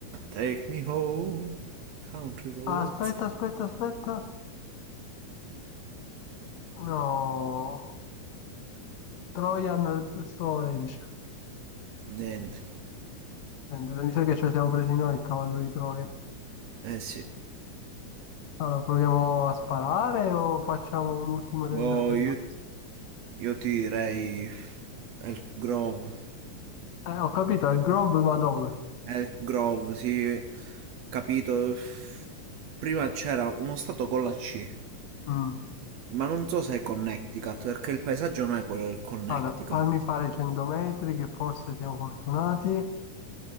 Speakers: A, on the right; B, on the left.
A: Take me home, country road.
B: Ah, Aspetta, aspetta, aspetta. No, Trojan Storage.
A: Niente.
B: Eh, Mi sa che ci siamo presi noi il cavallo di Troia.
A: Eh sì.
B: Allora, proviamo a sparare o facciamo un ultimo tentativo?
A: Boh, io, io ti direi Elk Grove.
B: Eh, ho capito, al grob, ma dove?
A: Elk Grove, sì. Capito. Prima c'era uno stato con la C.
B: Mm.
A: Ma non so se è Connecticut, perché il paesaggio non è quello del Connecticut.
B: Guarda, fammi fare 100 metri, che forse siamo fortunati.